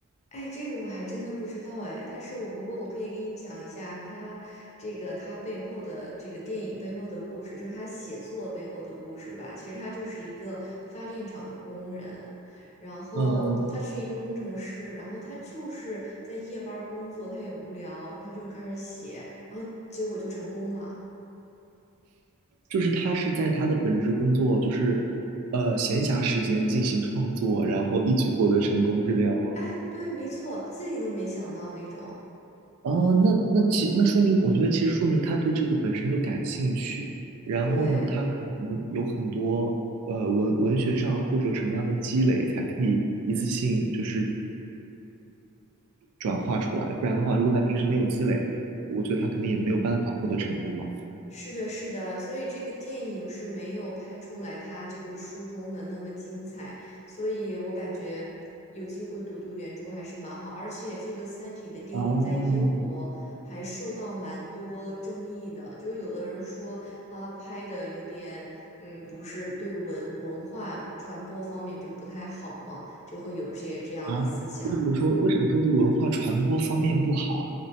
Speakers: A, on the left; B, on the right.
A: 哎，这个我还真的不知道哎，但是我不过我可以给你讲一下他这个他背后的这个电影背后的故事，就是他写作背后的故事吧。其实他就是一个发电厂的工人，然后他是一个工程师，
B: 嗯嗯，
A: 然后他就是在夜班儿工作，他也无聊，他就开始写，然后结果就成功了。
B: 就是他是在他的本职工作，就是呃闲暇时间进行创作，然后一举获得成功，是这样吗？
A: 哎，对，没错，自己都没想到那种，
B: 哦，那那其那说明，我觉得其实说明他对这个本身就感兴趣，然后呢，
A: 对。
B: 他可能有很多呃文文学上或者什么样的积累，才可以一次性就是转化出来，不然的话，如果他平时没有积累，我觉得他可能也没有办法获得成功吧。
A: 是的，是的，所以这个电影是没有拍出来他这个书中的那么精彩，所以我感觉有机会读读原著还是蛮好，而且这个《三体》的电影在英国还受到蛮多争议的，
B: 哦，
A: 就有的人说它拍的有点，嗯，不是对文文化传播方面就不太好嘛，就会有些这样的思想。
B: 啊，为什么说为什么说对文化传播方面不好啊？